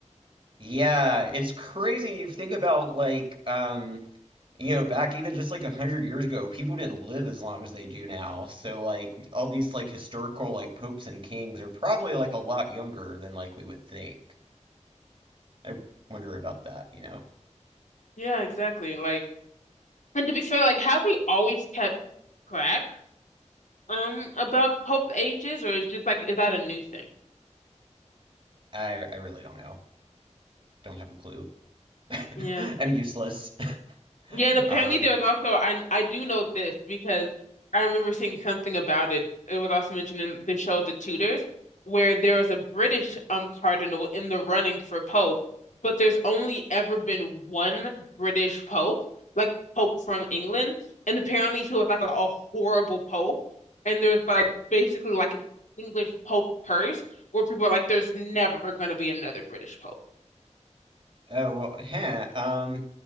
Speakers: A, on the right (about 40°); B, on the left (about 80°).
A: Yeah, it's crazy. You think about like um you know, back even just like a hundred years ago, people didn't live as long as they do now. So like all these like historical like popes and kings are probably like a lot younger than like we would think. I wonder about that, you know.
B: Yeah, exactly. Like and to be fair, like have we always kept track? Um, about Pope ages, or is just like is that a new thing?
A: I I really don't know. Don't have a clue. <laughs>
B: Yeah,
A: I'm useless. <laughs>
B: yeah, and apparently
A: Um
B: there was also I I do know this because I remember seeing something about it. It was also mentioned in the show The Tudors, where there was a British um cardinal in the running for Pope, but there's only ever been one British Pope, like Pope from England, and apparently he was like a, a horrible Pope, and there's like basically like an English Pope curse where people are like, there's never going to be another British Pope.
A: oh well, heh, um